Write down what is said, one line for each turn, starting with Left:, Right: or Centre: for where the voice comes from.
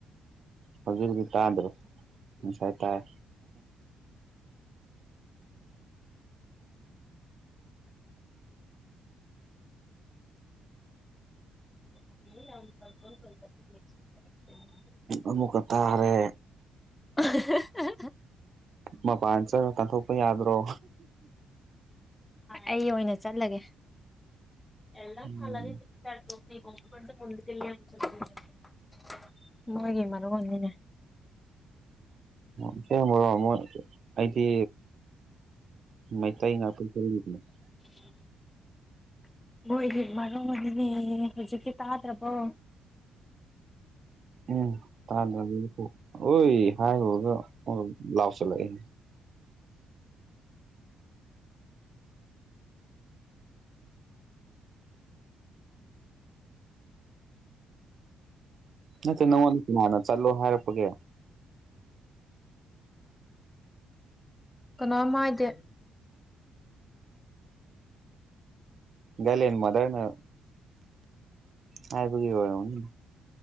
Right: ꯍꯧꯖꯤꯛ ꯍꯧꯖꯤꯛ ꯇꯥꯗ꯭ꯔꯦ ꯉꯁꯥꯏ ꯇꯥꯏ
Left: ꯎꯝ <unintelligible>
Right: ꯑꯃꯨꯛꯀ ꯇꯥꯥꯔꯦ
Left: <unintelligible>
Right: ꯃꯄꯥꯟ ꯆꯠ ꯀꯟꯊꯣꯛꯄ ꯌꯥꯗ꯭ꯔꯣ
Left: ꯑꯩ ꯑꯣꯏꯅ ꯆꯠꯂꯒꯦ <unintelligible>
Right: ꯎꯝ
Left: ꯃꯣꯏꯒꯤ ꯃꯔꯣꯟꯅꯤꯅꯦ
Right: ꯑꯁꯦꯡꯕꯔꯣ ꯃꯣꯏ ꯑꯩꯗꯤ ꯃꯩꯇꯩ ꯉꯥꯛꯇ <unintelligible>
Left: <inaudible> ꯃꯣꯏꯒꯤ ꯃꯔꯣꯟꯅꯤꯅꯦ ꯍꯧꯖꯤꯛꯇꯤ ꯇꯥꯗ꯭ꯔꯕꯣ
Right: ꯎꯝ <unintelligible> ꯑꯣꯏ ꯍꯥꯏꯔꯨꯔꯒ ꯂꯥꯎꯁꯤꯜꯂꯛ ꯑꯦ ꯅꯠꯇꯦ ꯅꯉꯣꯟꯗ ꯀꯅꯥꯅ ꯆꯠꯂꯣ ꯍꯥꯏꯔꯛꯄꯒꯦ
Left: ꯀꯅꯥꯝ ꯍꯥꯏꯗꯦ
Right: ꯒꯥꯏꯂꯦꯟ ꯃꯥꯗ꯭ꯔꯅ ꯍꯥꯏꯕꯒꯤ ꯑꯣꯏꯔꯝꯒꯅꯤ